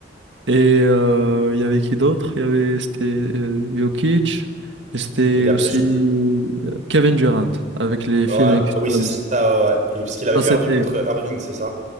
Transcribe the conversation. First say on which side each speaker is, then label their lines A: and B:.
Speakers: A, on the right; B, on the right.
A: et euh, il y avait qui d'autre? Il y avait, c'était euh, Jokic, et c'était
B: Il
A: aussi
B: a... je-
A: euh, Kevin Durant avec les Phoenix
B: Ouais, oui,
A: Suns.
B: c'est ça, ouais, ouais. Et parce qu'il avait
A: Ça,
B: perdu
A: c'était
B: contre Irving, c'est ça?